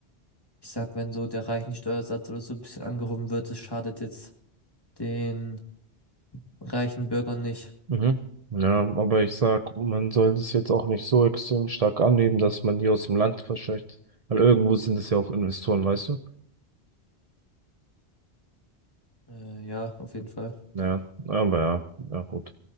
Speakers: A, on the left; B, on the right.
A: ich sag, wenn so der reichen Steuersatz oder so ein bisschen angehoben wird, das schadet jetzt den reichen Bürgern nicht.
B: Mhm. Ja, aber ich sag, man sollte es jetzt auch nicht so extrem stark annehmen, dass man die aus dem Land verscheucht. Weil irgendwo sind es ja auch Investoren, weißt du?
A: Äh, ja, auf jeden Fall.
B: Ja, aber ja, ja gut.